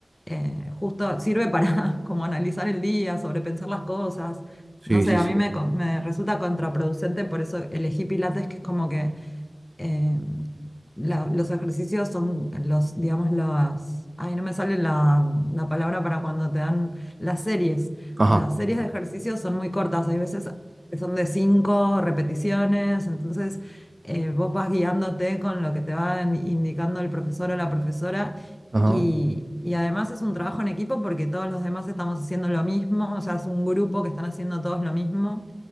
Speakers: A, on the left; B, on the right.
A: eh, justo sirve para <laughs> como analizar el día, sobrepensar las cosas.
B: Sí,
A: No sé,
B: sí,
A: a
B: sí.
A: mí me, co- me resulta contraproducente, por eso elegí Pilates, que es como que eh, la- los ejercicios son los, digamos, las... Ay, no me sale la, la palabra para cuando te dan las series.
B: Ajá,
A: Las series de ejercicios son muy cortas, hay veces que son de cinco repeticiones, entonces eh, vos vas guiándote con lo que te va in- indicando el profesor o la profesora
B: ajá.
A: y, y además es un trabajo en equipo porque todos los demás estamos haciendo lo mismo, o sea, es un grupo que están haciendo todos lo mismo